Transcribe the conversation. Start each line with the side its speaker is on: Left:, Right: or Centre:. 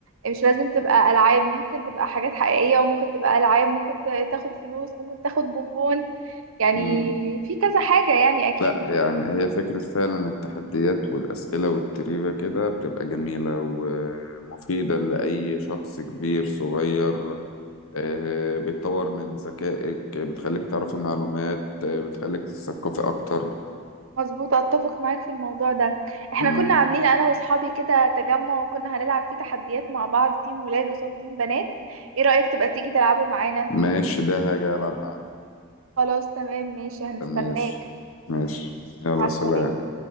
Right: مش لازم تبقى العاب ممكن تبقى حاجات حقيقيه وممكن تبقى العاب ممكن ت- تاخد فلوس ممكن تاخد بونبون يعني
Left: تافهه
Right: في كذا حاجه يعني اكيد
Left: لا يعني هي فكرة فعلا التحديات والأسئلة والتريفة كده بتبقى جميلة ومفيدة لأي شخص كبير صغير آه، بتطور من ذكائك بتخليك تعرف المعلومات آه، بتخليك تتثقفي أكتر
Right: مظبوط اتفق معاك في الموضوع ده احنا
Left: مم.
Right: كنا عاملين انا واصحابي كده تجمع وكنا هنلعب فيه تحديات مع بعض تيم ولاد قصاد تيم بنات ايه رأيك تبقى تيجي تلعبوا معانا
Left: ماشي ده هاجي ألعب معاكم
Right: خلاص تمام ماشي هنستناك
Left: ماشي ماشي يلا
Right: مع السلامة
Left: سلام